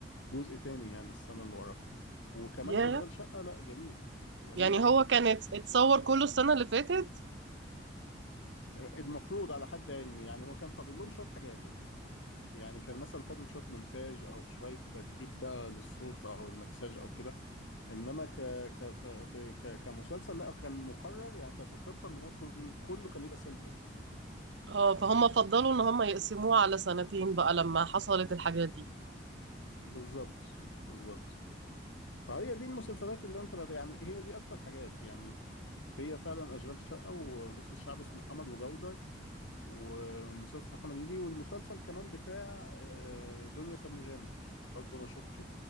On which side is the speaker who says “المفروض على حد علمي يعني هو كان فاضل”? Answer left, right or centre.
Left